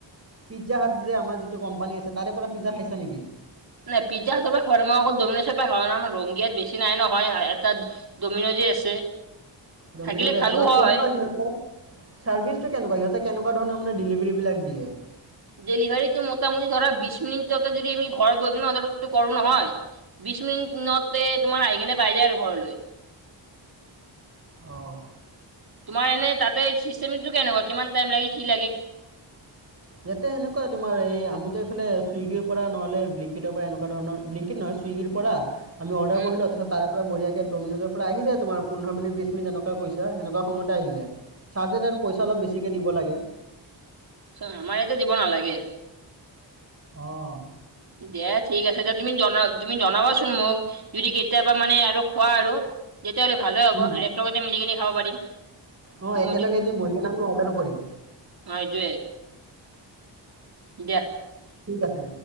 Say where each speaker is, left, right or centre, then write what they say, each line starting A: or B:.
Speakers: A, on the right (about 35°); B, on the right (about 55°).
A: পিজ্জা হাত যে আমাৰ যিটো কোম্পানী আছে তাৰে পৰা পিজ্জ খাইছা নেকি
B: নাই পিজ্জাহাতৰ পৰা খোৱা নাই মই আকৌ ডমি'নছৰ পৰা খাওঁ নহ আমাৰ ৰঙীয়াত বেছি নাই নহয় এটা। ডমিন'ছ যে আছে।
A: ডমিন'জ
B: থাকিলে
A: আছে
B: খালো
A: নহয় আৰু
B: হয়।
A: কেনেকুৱা সিহঁতে চাৰ্ভিচটো কেনেকুৱা সিহঁতে কেনেকুৱা ধৰণৰ। ডেলিভাৰ বিাক দিয়ে
B: ডেলিভাৰীটো মোটামুটি ধৰা বিশ মিনিটতে যদি আমি ঘৰত বৈ কিনে অটো কৰো নহয় বিশ মিনিটতে তোমাৰ আহি কিনে পাই যায় আৰু ঘৰলৈ
A: আহ
B: তোমাৰ এনেই তাতে চিষ্টেমটো কেনেকুৱা কিমান টাইম লাগে কি লাগে
A: ইয়াতে সেনেকুৱা তোমাৰ এই আমিতোফাল চুইগিৰ পৰা নহলে বিংকিটৰ পৰা এনেকুৱা ধৰণৰ বিংকিত নহয় চুইগিৰ পৰা আমি অৰ্ডাৰ
B: উম,
A: কৰিলো তছ তাৰে পৰা ব়িয় আ ডমিন'জৰ পৰা আহি যায় তোমাৰ পোধ মিনি বিশ বি মিনট যেনেকুৱ কৈছােনেকুৱায়তে আহি যায় চাৰ হাজাৰ পইচা অলপ বেছিকে দিব লাগে
B: চ আমাৰ ইয়াতে দিব নালাগে
A: অহ।
B: দিয়া ঠিক আছে দিয়া তুমি জনাবা তুমি জনাবাচোন মোক। যদি কেতিয়াবা মানে আৰু খোৱা আৰু তেতিয়াহ'লে ভালেই হ'ব
A: উম,
B: একেলগতে মিলিকিনি খাব পাৰিম
A: অঁ
B: <unintelligible>
A: একেলগে
B: অ
A: এদিন বহি কিনে আমি অৰ্ডাৰ কৰিম
B: সেইটোৱে। দে
A: ঠিক আছে।